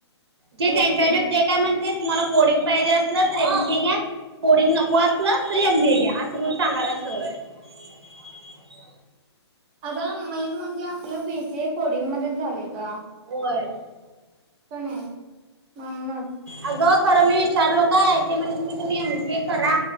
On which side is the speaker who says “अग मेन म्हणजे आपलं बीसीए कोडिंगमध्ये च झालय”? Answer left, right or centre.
Right